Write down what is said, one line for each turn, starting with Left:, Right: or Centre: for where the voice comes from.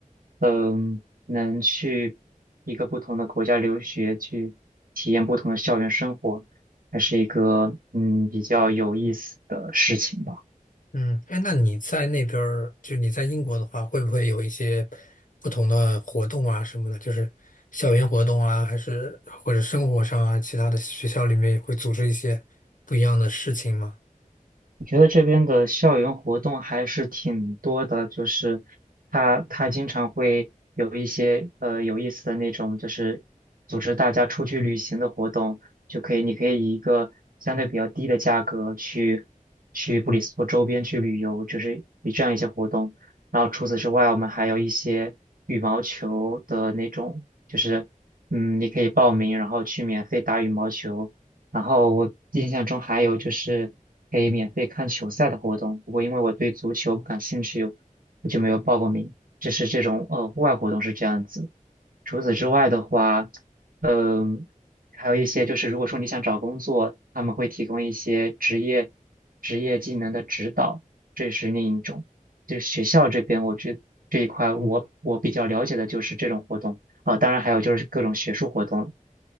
Right: 嗯，能去一个不同的国家留学，去体验不同的校园生活，还是一个嗯比较有意思的事情吧。
Left: 嗯，哎，那你在那边儿，就你在英国的话，会不会有一些不同的活动啊什么的？就是校园活动啊，还是或者生活上啊，其他的学校里面也会组织一些不一样的事情吗？
Right: 我觉得这边的校园活动还是挺多的，就是他他经常会有一些呃有意思的那种，就是组织大家出去旅行的活动，就可以你可以以一个相对比较低的价格去去布里斯托周边去旅游，就是以这样一些活动。然后除此之外，我们还有一些羽毛球的那种，就是嗯，你可以报名，然后去免费打羽毛球。然后我印象中还有就是可以免费看球赛的活动，不过因为我对足球不感兴趣，我就没有报过名。就是这种呃户外活动是这样子。除此之外的话，嗯、还有一些就是如果说你想找工作，他们会提供一些职业职业技能的指导，这是另一种。就学校这边，我觉这一块我我比较了解的就是这种活动啊、当然还有就是各种学术活动。